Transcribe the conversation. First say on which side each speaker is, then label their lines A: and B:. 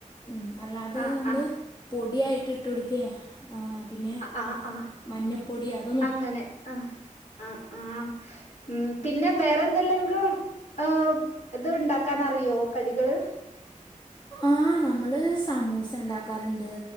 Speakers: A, on the left; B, on the left.
A: ഉം അല്ലാതെ
B: ആഹ്
A: നമ്മള്
B: ആഹ്
A: പൊടിയായി ഇട്ടു കൊടുക്കേ ആഹ് പിന്നെ
B: ആഹ് ആഹ്
A: മഞ്ഞപ്പൊടി അത്
B: അങ്ങനെ ആഹ് ആഹ് ആഹ് ഉം പിന്നെ വേറെന്തെല്ലെങ്കും ഏഹ് എതും ഉണ്ടാക്കാൻ അറിയോ കടികള്?
A: ആഹ് നമ്മള് സ് സമൂസ ഉണ്ടാക്കാറ്ണ്ട്.